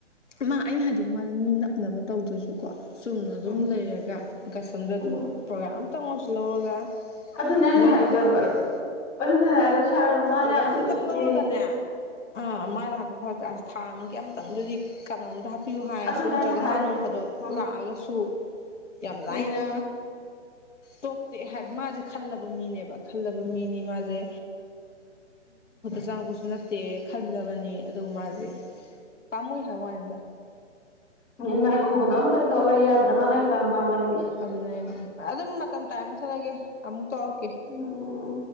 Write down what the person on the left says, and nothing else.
ꯃꯥ ꯑꯩꯅ ꯍꯥꯏꯗꯤ ꯃꯥꯗꯤ ꯃꯤꯅ ꯅꯕ ꯇꯧꯗ꯭ꯔꯁꯨꯀꯣ ꯆꯨꯝꯅ ꯑꯗꯨꯝ
ꯂꯩꯔꯒ ꯒꯁꯝꯗ ꯑꯗꯨꯝ
ꯄ꯭ꯔꯣꯒꯥ꯭ꯔꯝ ꯈꯤꯇꯪꯉꯁꯨ ꯂꯧꯔꯒ
ꯂꯩꯕ
ꯀꯩꯗꯧꯒꯦꯕ
ꯄ꯭ꯔꯣꯒꯥꯝ
ꯑꯝꯇꯪ
ꯂꯧꯔꯒꯅꯦ ꯑꯥ ꯃꯥꯥꯏꯗ ꯍꯥꯥꯛꯄ ꯐꯥꯎꯔꯗꯦ ꯑꯁ ꯊꯥ ꯑꯃꯒꯤ ꯑꯃꯝꯇꯪꯗꯨꯗꯤ ꯀꯩꯅꯣꯝꯗ ꯍꯥ ꯇꯥꯛꯄꯤꯌꯨ ꯍꯥꯏꯔꯁꯨ
ꯅꯠꯇ꯭ꯔꯒ
ꯃꯥ ꯅꯣꯡ ꯐꯥꯗꯣꯛ
ꯂꯥꯛꯑꯒꯁꯨ ꯇ ꯑꯃ
ꯂꯥꯏꯅ ꯇꯣꯛꯇꯦ ꯍꯥꯏꯕ ꯃꯥꯁꯦ ꯈꯜꯂꯕ ꯃꯤꯅꯦꯕ ꯈꯜꯂꯕ ꯃꯤꯅꯤ ꯃꯥꯁꯦ ꯆꯥꯎꯥꯡ ꯀꯁꯨ ꯅꯠꯇꯦꯛ ꯈꯜꯂꯕꯅꯤ ꯑꯗꯨ ꯃꯥꯁꯦ ꯄꯥꯝꯃꯨꯏ ꯍꯥꯏꯕ ꯋꯥꯅꯤꯗ
ꯑꯗꯨꯅꯦ ꯑꯗꯨ ꯑꯗꯨꯝ ꯃꯇꯝ ꯇꯥꯏ ꯑꯃꯨ ꯆꯠꯂꯒꯦ ꯑꯃꯨꯛ ꯇꯧꯔꯛꯀꯦ